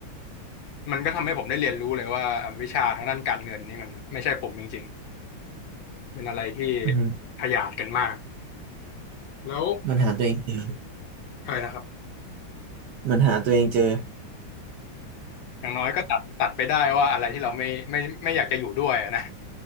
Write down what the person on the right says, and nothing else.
อืม
มันหาตัวเองเจอ
มันหาตัวเองเจอ